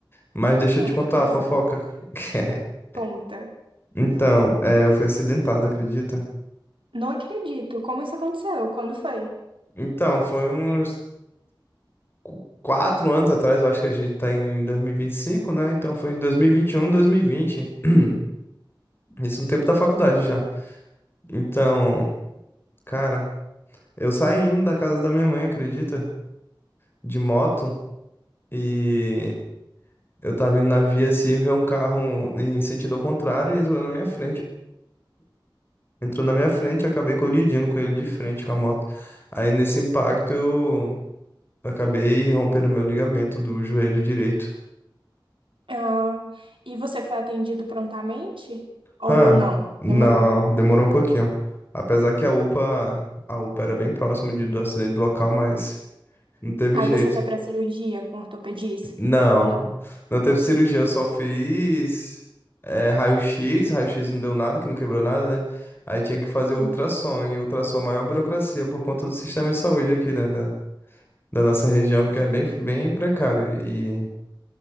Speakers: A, on the left (about 25°); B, on the right (about 90°).
A: Mas deixa
B: É,
A: eu te contar
B: pois
A: a fofoca.
B: é.
A: <laughs>
B: Conta.
A: Então, é, eu fui acidentado, acredita?
B: Não acredito. Como isso aconteceu? Quando foi?
A: Então, foi uns qu- quatro anos atrás, eu acho que a gente tá em dois mil e e vinte e cinco, né? Então foi dois dois mil mil e e vinte e um, dois mil e vinte. <clears throat> Isso no tempo da faculdade já. Então, cara, eu saindo da casa da minha mãe, acredita? De moto. E eu tava indo na via assim, ver um carro em sentido ao contrário e entrou na minha frente. entrou na minha frente, e acabei colidindo com ele de frente com a moto. Aí nesse impacto eu acabei rompendo meu ligamento do joelho direito.
B: Ah, e você foi atendido prontamente? Ou
A: Ah,
B: não?
A: não,
B: Demorou?
A: demorou um pouquinho. Apesar que a UPA, a UPA era bem próximo de- do acidente do local, mas não teve
B: Aí
A: jeito.
B: você foi pra cirurgia com ortopedista?
A: Não,
B: Ou não?
A: não teve cirurgia, eu só fiz é, raio-x, raio-x não deu nada, que não quebrou nada, né? Aí tinha que fazer
B: Sim.
A: o ultrassom, e o ultrassom é a maior burocracia por conta do sistema de saúde aqui, né? da- da nossa região que é bem, bem precário e